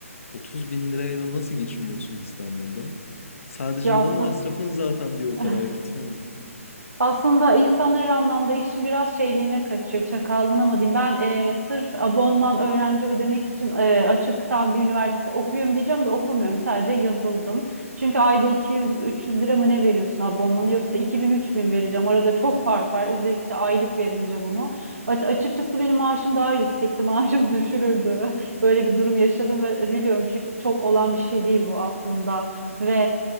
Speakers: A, on the left; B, on the right.
A: 30 bin lirayla nasıl geçiniyorsun İstanbul'da? Sadece
B: Ya
A: yol
B: aslında
A: masrafın zaten bir o
B: <laughs>
A: kadar gitmiyor mu?
B: Aslında insan her anlamda işin biraz şeyliğine kaçıyor, çakallığına mı diyeyim. Ben eee, sırf abonman öğrenci ödemek için eee, açıktan bir üniversite okuyorum diyeceğim de okumuyorum. Sadece yazıldım. Çünkü ayda 200-300 lira mı ne veriyorsun abonmanı yoksa 2000-3000 vereceğim. Arada çok fark var. Özellikle aylık verince bunu. A- açıkçası benim maaşım daha yüksekti. <laughs> Maaşım düşürüldü. Böyle bir durum yaşadım ve biliyorum çünkü çok olan bir şey değil bu aslında. Ve